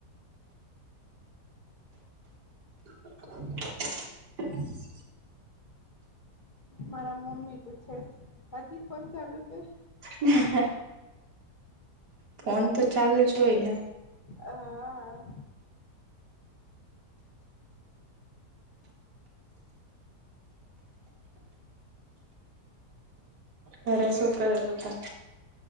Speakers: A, on the right; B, on the left.
A: <inaudible>
B: મારા મમ્મી પૂછે છે હજી પણ ચાલુ છે.
A: ઓ હો ફોન તો ચાલુ જ હોય ને
B: અ આ આ
A: ઘરે શું કરે ને સુતાં